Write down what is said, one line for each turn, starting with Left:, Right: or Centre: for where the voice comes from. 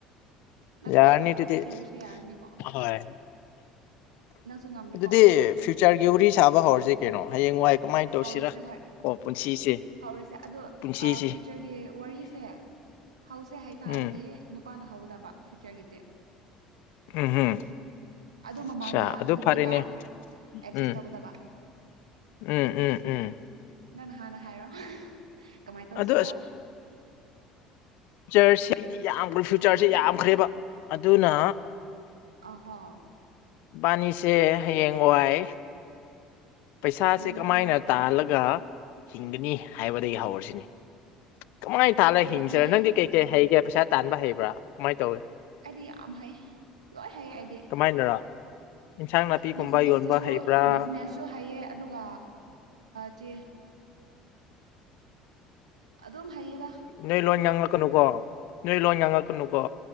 Right: ꯅꯠꯇ꯭ꯔꯣ
Left: ꯌꯥꯔꯅꯤ
Right: ꯑꯇꯣꯞꯄ
Left: ꯇꯗꯤ
Right: ꯊꯤꯔꯁꯨ ꯌꯥꯔꯅꯤꯀꯣ
Left: ꯍ
Right: ꯅꯪꯁꯨ ꯉꯝꯃꯤꯀꯣ
Left: ꯑꯗꯨꯗꯤ ꯐ꯭ꯌꯨꯆꯔꯒꯤ ꯋꯥꯔꯤ ꯁꯥꯕ ꯍꯧꯔꯁꯦ ꯀꯩꯅꯣ ꯍꯌꯦꯡ ꯋꯥꯏ ꯀꯃꯥꯏꯅ ꯇꯧꯁꯤꯔꯥ
Right: ꯍꯧꯔꯁꯦ ꯍꯣꯏ
Left: ꯑꯣ ꯄꯨꯟꯁꯤꯁꯦ
Right: ꯍꯧꯔꯁꯦ ꯑꯗꯣ
Left: ꯄꯨꯟꯁꯤꯁꯦ
Right: ꯐ꯭ꯌꯨꯆꯔꯒꯤ ꯋꯥꯔꯤꯁꯦ ꯍꯧꯁꯦ ꯍꯥꯏꯇꯥꯔꯗꯤ
Left: ꯎꯝ
Right: ꯅꯨꯄꯥꯅ ꯍꯧꯒꯗꯕ ꯐ꯭ꯌꯨꯆꯔꯒꯤꯗꯤ
Left: ꯎꯝꯍꯝ
Right: ꯑꯗꯣ ꯃꯃꯥꯡꯗ
Left: ꯑꯆꯥ ꯑꯗꯨ
Right: ꯅꯨꯄꯤꯅ
Left: ꯐꯔꯦꯅꯦ
Right: ꯑꯦꯗ꯭ꯔꯁ
Left: ꯎꯝ
Right: ꯇꯧꯒꯗꯕ
Left: ꯎꯝ ꯎꯝ ꯎꯝ
Right: ꯅꯪ ꯍꯥꯟꯅ ꯍꯥꯏꯔꯣ ꯀꯃꯥꯏꯅ ꯇꯧꯁꯤꯔꯥ
Left: ꯑꯗꯣ ꯐ꯭ꯌꯨꯆꯔꯁꯤꯗꯤ ꯌꯥꯝꯈ꯭ꯔꯦ ꯐ꯭ꯌꯨꯆꯔꯁꯤꯦ
Right: ꯑꯍꯥ
Left: ꯌꯥꯝꯈ꯭ꯔꯦꯕ ꯑꯗꯨꯅ
Right: ꯑꯍꯥ
Left: ꯕꯥꯅꯤꯁꯦ ꯍꯌꯦꯡ ꯋꯥꯏ ꯄꯩꯁꯥꯁꯦ
Right: ꯎꯝ
Left: ꯀꯃꯥꯏꯅ ꯇꯥꯍꯜꯂꯒ ꯍꯤꯡꯒꯅꯤ ꯍꯥꯏꯕꯗꯒꯤ ꯍꯧꯔꯁꯤꯅꯤ ꯀꯃꯥꯏꯅ ꯊꯥꯜꯂꯒ
Right: ꯑꯗꯨꯗꯤ
Left: ꯍꯤꯡꯁꯤꯔꯦ ꯅꯪꯗꯤ ꯀꯩꯀꯩ ꯍꯩꯒꯦ ꯄꯩꯁꯥ ꯇꯥꯟꯕ ꯍꯩꯕ꯭ꯔꯥ ꯀꯃꯥꯏꯅ ꯇꯧꯋꯦ
Right: ꯑꯩꯗꯤ ꯌꯥꯝ ꯍꯩ ꯂꯣꯏ ꯍꯩ ꯑꯩꯗꯤ
Left: ꯀꯃꯥꯏꯅꯔꯥ ꯏꯟꯁꯥꯡ ꯅꯥꯄꯤꯒꯨꯝꯕ
Right: ꯕꯤꯖꯤꯅꯦꯁꯇꯨꯁꯨ
Left: ꯌꯣꯟꯕ ꯍꯩꯕ꯭ꯔꯥ
Right: ꯕꯤꯖꯤꯅꯦꯁꯁꯨ ꯍꯩꯌꯦ ꯑꯗꯨꯒ ꯆ ꯑꯗꯨꯝ ꯍꯌꯦꯗ
Left: ꯅꯣꯏ ꯂꯣꯏ ꯉꯥꯡꯂꯛꯀꯅꯨꯀꯣ ꯅꯣꯏ ꯂꯣꯏ ꯉꯥꯡꯂꯛꯀꯅꯨꯀꯣ